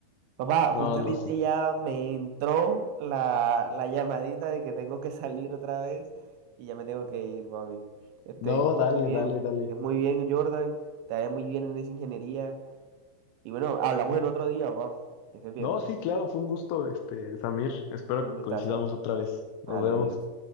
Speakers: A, on the right; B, on the left.
A: Papá,
B: No,
A: justamente
B: no, sí.
A: ya me entró la, la llamadita de que tengo que salir otra vez y ya me tengo que ir, papi. Este,
B: No,
A: que estés
B: dale,
A: muy bien,
B: dale, dale.
A: que estés muy bien, Jordan, te vaya muy bien en esa ingeniería. Y bueno, hablamos
B: Sí.
A: en otro día, papá. Que estés bien.
B: No, sí, claro, fue un gusto, este, Samir. Espero
A: Un
B: que
A: gustazo.
B: coincidamos otra vez. Nos
A: Vale,
B: vemos.
A: adiós.